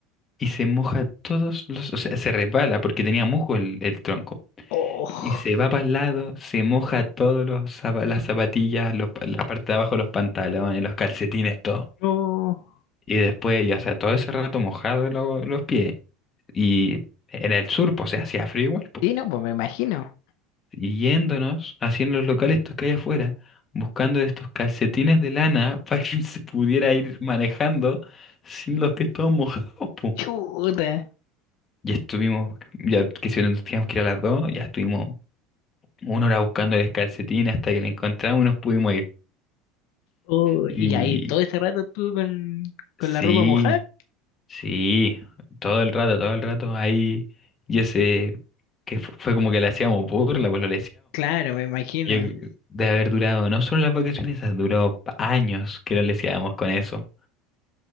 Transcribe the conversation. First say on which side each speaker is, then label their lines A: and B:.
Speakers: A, on the left; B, on the left.
A: y se moja todos los. O sea, se resbala porque tenía musgo el, el tronco.
B: Oh.
A: Y se va para el lado, se moja todos los zapa- las zapatillas, los pa- la parte de abajo de los pantalones, los calcetines, todo.
B: No.
A: Y después, ya, o sea, todo ese rato mojado lo- los pies. Y era el sur, pues, o sea, hacía frío igual, pues.
B: Sí, no, pues me imagino.
A: y yéndonos, haciendo los locales estos que hay afuera, buscando estos calcetines de lana <laughs> para que se pudiera ir manejando sin los pies todos mojados, po.
B: Chuta.
A: Ya estuvimos, ya que si no, nos teníamos que ir a las dos, ya estuvimos una hora buscando el calcetín hasta que lo encontramos y nos pudimos ir.
B: Oh,
A: Y
B: y ahí todo ese rato estuvo con, con
A: sí,
B: la ropa mojada.
A: sí, todo el rato, todo el rato ahí, y ese, que fu- fue como que le hacíamos burla, pues lo
B: Claro, me imagino.
A: Yo, de haber durado, no solo las vacaciones, esas duró pa- años que lo leseábamos con eso.